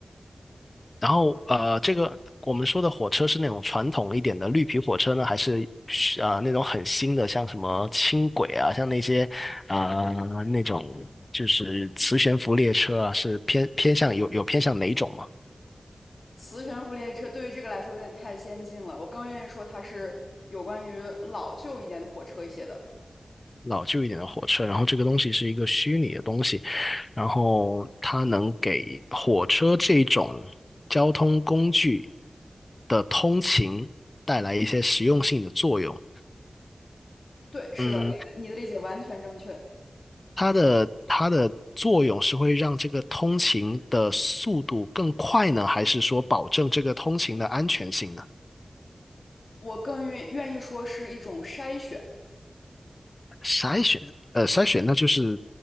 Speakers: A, on the left (about 40°); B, on the left (about 70°).
A: 然后呃，这个我们说的火车是那种传统一点的绿皮火车呢，还是啊呃那种很新的，像什么轻轨啊，像那些啊、呃那种就是磁悬浮列车啊，是偏偏向有有偏向哪种嘛？
B: 磁悬浮列车对于这个来说有点太先进了，我更愿意说它是有关于老旧一点的火车一些的。
A: 老旧一点的火车，然后这个东西是一个虚拟的东西，然后它能给火车这种交通工具的通勤带来一些实用性的作用。
B: 对，是的，
A: 嗯，
B: 你的你的理解完全正确。
A: 它的它的作用是会让这个通勤的速度更快呢，还是说保证这个通勤的安全性呢？
B: 我更愿愿意说是一种筛选，
A: 筛选，呃，筛选那就是